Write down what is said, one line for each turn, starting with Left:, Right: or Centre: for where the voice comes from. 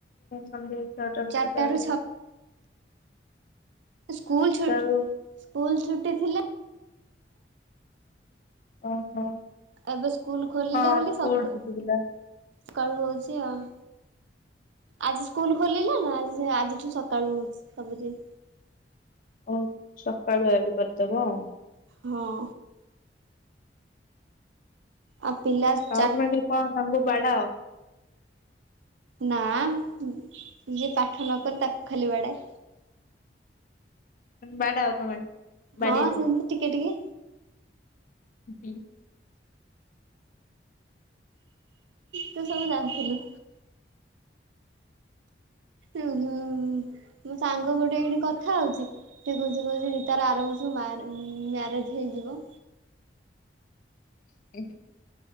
Left: ସନ୍ଧ୍ୟା ଛଅଟା ସାତଟା
Right: ଚାରିଟା
Left: ବେଳକୁ।
Right: ରୁ ସ୍କୁଲଛୁ
Left: ରୁ
Right: ସ୍କୁଲ ଛୁଟି ଥିଲେ।
Left: ଓହୋ
Right: ଏବେ ସ୍କୁଲ ଖୋଲିଲା
Left: ହଁ
Right: ବୋଲି
Left: ସ୍କୁଲ
Right: ସକାଳୁ
Left: ଛୁଟି ଥିଲା
Right: ସକାଳୁ ହୋଉଛି ଆଉ। ଆଜି ସ୍କୁଲ ଖୋଲିଲା ନା ଆଜିଠୁ ସକାଳୁ ହୋଉଛି ସବୁଦିନ।
Left: ଓ ସକାଳୁଆ ଆଜି କରିଦବ ଆଉ।
Right: ହଁ। ଆଉ ପିଲା
Left: ସାଉଥ୍
Right: ଚାରିଟା
Left: ମାନେ କଣ ତାଙ୍କୁ ବାଡାଅ।
Right: ନାଁ ଯିଏ ପାଠ ନକରେ ତାକୁ ଖାଲି ବାଡାଏ।
Left: ବାଡାଅ ତମେ। ବାଡିରେ?
Right: ହଁ ସେମିତି ଟିକେ ଟିକେ।
Left: ଉଁ।
Right: ତୁ ସବୁ ଜାଣିଥିଲୁ। ଉୁଁ ହୁଁ ମୋ ସାଙ୍ଗ ଗୋଟେ ଏଇଠି କଥା ହୋଉଚି। ସେ କହୁଛି କହୁଛି ତାର ଆରବରଷକୁ ମ୍ୟାରେଜ ହେଇଯିବ।
Left: <unintelligible>